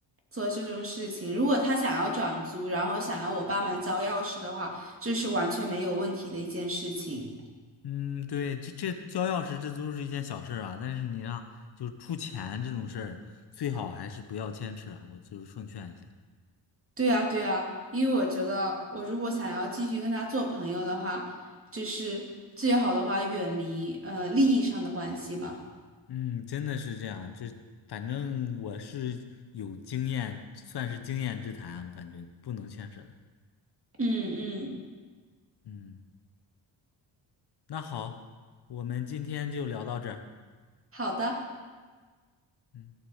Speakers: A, on the right; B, on the left.
A: 做这种事情。如果他想要转租，然后想要我帮忙交钥匙的话，这是完全没有问题的一件事情。
B: 嗯，对，这这交钥匙这都是一件小事儿啊，但是你让就出钱这种事儿，最好还是不要牵扯，我就是奉劝一下。
A: 对啊，对啊，因为我觉得我如果想要继续跟他做朋友的话，就是最好的话远离呃利益上的关系嘛。
B: 嗯，真的是这样，这反正我是有经验，算是经验之谈，我感觉不能牵扯的。
A: 嗯嗯，
B: 嗯，那好，我们今天就聊到这儿。
A: 好的。
B: 嗯。